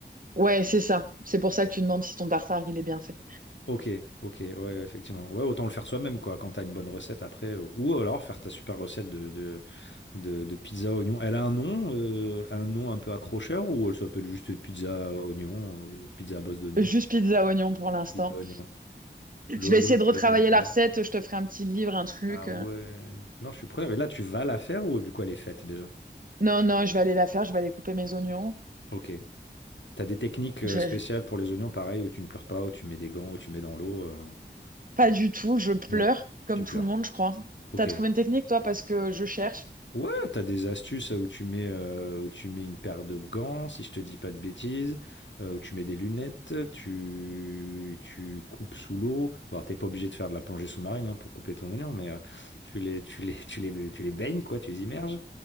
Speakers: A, on the right (about 50°); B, on the left (about 80°).
A: Ouais, c'est ça. C'est pour ça que tu demandes si ton tartare, il est bien fait.
B: Ok, ok, ouais, effectivement. Ouais, autant le faire soi-même, quoi, quand t'as une bonne recette après. Ou ou alors faire ta super recette de, de, de, de pizza oignon. Elle a un nom, euh, un nom un peu accrocheur, ou elle s'appelle juste pizza oignon, euh, ou pizza à bosse d'oignon?
A: Juste pizza oignon pour l'instant.
B: Pizza oignon.
A: Je
B: Lo-
A: vais
B: lo-
A: essayer de retravailler
B: L'oignonza.
A: la recette. Je te ferai un petit livre, un truc.
B: Ah
A: euh.
B: ouais. Non, je suis preneur. Mais là, tu vas la faire ou du coup, elle est faite déjà?
A: Non, non, je vais aller la faire. Je vais aller couper mes oignons.
B: Ok. T'as des techniques euh,
A: Je-
B: spéciales pour les oignons, pareil, où tu ne pleures pas, où tu mets des gants, où tu mets dans l'eau. euh,
A: Pas du tout. Je pleure,
B: Non,
A: comme
B: tu pleures.
A: tout le monde, je crois.
B: Ok.
A: T'as trouvé une technique, toi, parce que je cherche.
B: Ouais, t'as des astuces où tu mets, euh, où tu mets une paire de gants, si je te dis pas de bêtises, euh, où tu mets des lunettes, tu, tu coupes sous l'eau. Bon, t'es pas obligé de faire de la plongée sous-marine hein, pour couper ton oignon, mais euh, tu les, tu les, <laughs> tu les, tu les baignes, quoi, tu les immerges.